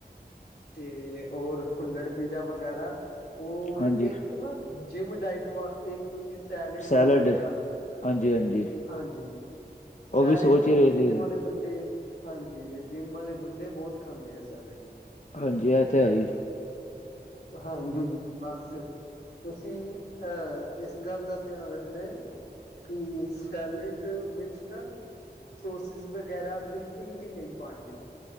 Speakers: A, on the left (about 75°); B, on the left (about 45°).
A: ਤੇ ਹੋਰ ਕੁੁੱਲੜ ਪੀਜ਼ਾ ਵਗੈਰਾ, ਓਰ
B: ਹਾਂਜੀ
A: ਇੱਕ ਨਾ ਜਿੰਮ ਡਾਇਟ ਵਾਸਤੇ ਤੁਸੀਂ ਸੈਲੇਡ
B: ਸੈਲਡ
A: ਜ਼ਰੂਰ ਤਿਆਰ ਕਰਨਾ ਏ।
B: ਹਾਂਜੀ ਹਾਂਜੀ
A: ਹਾਂਜੀ। ਸੈਲਡ
B: ਉਹ ਵੀ ਸੋਚ
A: ਨਾ,
B: ਹੀ ਰਹੇ
A: ਜਿੰਮ
B: ਸੀ
A: ਵਾਲੇ ਬੰਦੇ ਹਾਂਜੀ, ਜਿੰਮ ਵਾਲੇ ਬੰਦੇ ਬਹੁਤ ਖਾਂਦੇ ਆ, ਸੈਲੇਡ।
B: ਹਾਂਜੀ, ਐ, ਤਾ ਹੈਹੀ।
A: ਹਾਂਜੀ, ਬਸ। ਤੁਸੀਂ ਅਂਹ ਇਸ ਗੱਲ ਦਾ ਧਿਆਨ ਰੱਖਣਾ ਏ ਕੀ, ਸੈਲੇਡ ਵਿੱਚ ਨਾ ਸੋਸਿਸ ਵਗੈਰਾ ਬਿਲਕੁਲ ਵੀ ਨਹੀਂ ਪਾਣੀਆਂ।